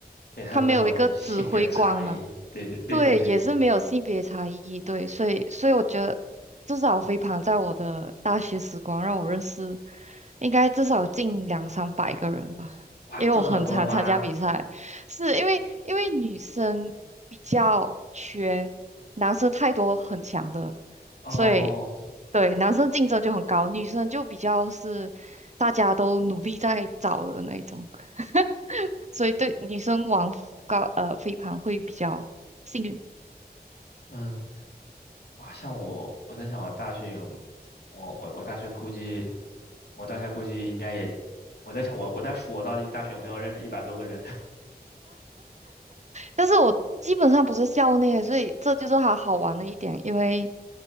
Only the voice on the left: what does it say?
对，还有没有性别差异？
对对对对对对，
哇，
这么多吗？
哦，
嗯，哇，像我，我在想我大学有，我我我大学估计，我大学估计应该也，我在想我我在数我到底大学有没有认识一百多个人？